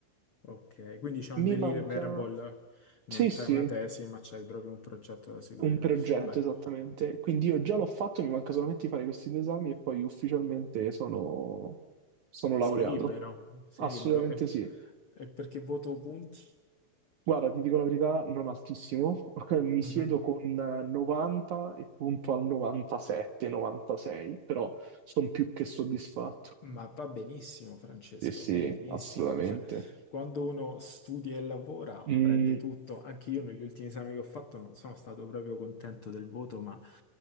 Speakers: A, on the left; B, on the right.
A: Ok, quindi c'è un
B: mi
A: deliverable,
B: manca...
A: non
B: Sì,
A: c'è
B: sì.
A: una tesi, ma c'hai proprio un progetto da seguire.
B: Un progetto,
A: Beh.
B: esattamente. Quindi io già l'ho fatto, mi manca solamente di fare questi due esami e poi ufficialmente sono, sono laureato.
A: Sei libero, sei
B: Assolutamente
A: libero. E,
B: sì.
A: e perché voto punti?
B: Guarda, ti dico la verità, non altissimo. <laughs> Mi siedo
A: Mhm.
B: con 90 e punto al 97, 96, però sono più che soddisfatto.
A: Ma va benissimo, Francesco,
B: Sì, sì,
A: va benissimo.
B: assolutamente.
A: Cioè, quando uno studia e lavora,
B: Mm,
A: prende tutto. Anche io negli ultimi esami che ho fatto non sono stato proprio contento del voto, ma